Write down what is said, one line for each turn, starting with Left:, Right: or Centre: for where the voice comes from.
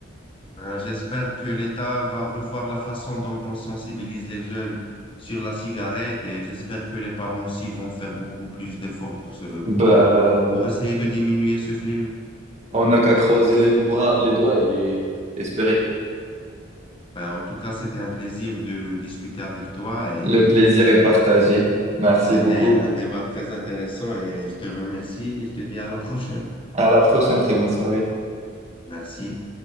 Left: Euh, j'espère que l'État va revoir la façon dont on sensibilise les jeunes sur la cigarette et j'espère que les parents aussi vont faire beaucoup plus d'efforts pour, ce, pour,
Right: Bah,
Left: euh, pour essayer de diminuer ce fléau.
Right: On n'a qu'à croiser les bras, les doigts et espérer.
Left: Ben, en tout cas, c'était un plaisir de discuter avec toi et
Right: Le plaisir est partagé. Merci
Left: c'était
Right: beaucoup.
Left: un débat très intéressant et je te remercie et je te dis à la prochaine.
Right: À la prochaine, très bonne soirée.
Left: Merci.